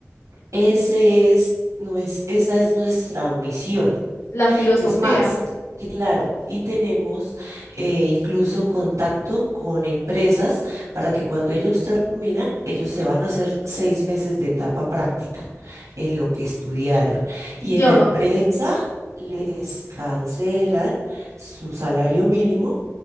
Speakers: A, on the right; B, on the left.
A: Ese es, no es, esa es nuestra misión.
B: la filosofía.
A: Es más, claro, y tenemos eh, incluso contacto con empresas para que cuando ellos terminan, ellos se van a hacer seis meses de etapa práctica en lo que estudiaron. Y
B: Yo
A: en la empresa
B: no te,
A: les cancelan su salario mínimo.